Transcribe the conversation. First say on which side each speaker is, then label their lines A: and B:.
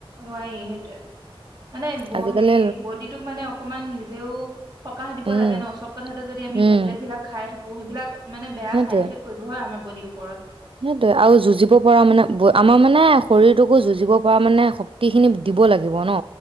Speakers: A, on the right; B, on the right.
A: নোৱাৰি সেইটোয়ে মানে
B: আজিকালি
A: বডিটোক মানে অকমান নিজেও সকাহ দিব
B: উম
A: লাগে ন, চব কথাতে যদি আমি
B: উম
A: টেবলেট বিলাক খাই থাকো। সেইবিলাক। মানে বেয়া
B: সেইটোৱে
A: চাইড ইফেক্ট কৰিব হয় আমাৰ বডিৰ ওপৰত।
B: সেইটোৱে আৰু যুঁজিব পৰা মানে আমাৰ মানে, শৰীৰটোকো যুঁজিব পৰা মানে শক্তিখিনি দিব লাগিব ন।